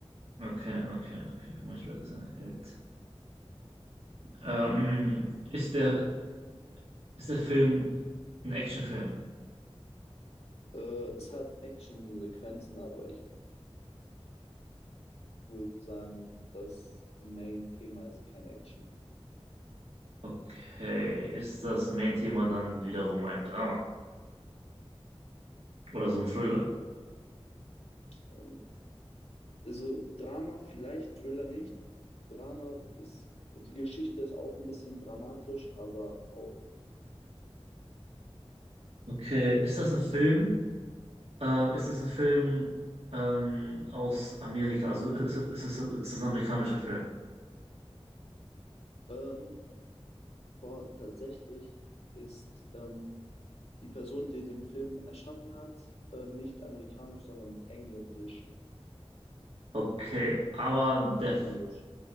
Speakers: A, on the right; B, on the left.
A: Okay, okay, okay. Für manche Leute ist er ein Held. Ähm, ist der, ist der Film ein Actionfilm?
B: Äh, es hat Action-Sequenzen, aber ich würde sagen, das Main-Thema ist kein Action.
A: Okay. Ist das Main-Thema dann wiederum ein Drama oder so ein Thriller?
B: Ähm, Also Drama vielleicht, Thriller nicht. Drama ist, die Geschichte ist auch ein bisschen dramatisch, aber auch,
A: Okay. Ist das ein Film? Äh, ist das ein Film ähm, aus Amerika? Also ist, ist, ist, ist das ein amerikanischer Film?
B: ähm, boah, tatsächlich ist ähm, die Person, die den Film erschaffen hat, äh, nicht amerikanisch, sondern engländisch
A: Okay, aber der,
B: oder
A: F-
B: englisch.